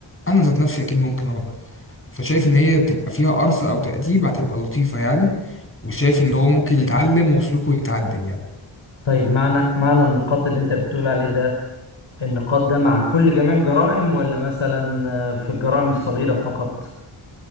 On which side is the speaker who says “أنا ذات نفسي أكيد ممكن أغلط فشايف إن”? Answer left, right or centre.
Left